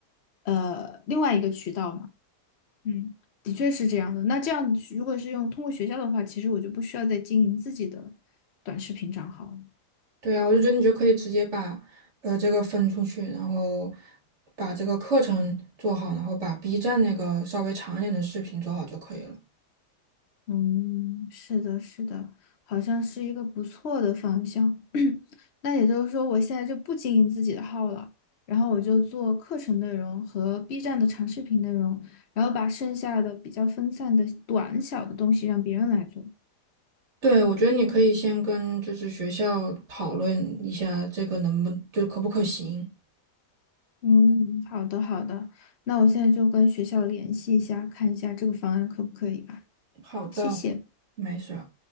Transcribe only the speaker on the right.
对啊，我就觉得你就可以直接把呃这个分出去，然后把这个课程做好，然后把 B 站那个稍微长一点的视频做好就可以了。
对，我觉得你可以先跟就是学校讨论一下这个能不就可不可行。
好的，
没事儿。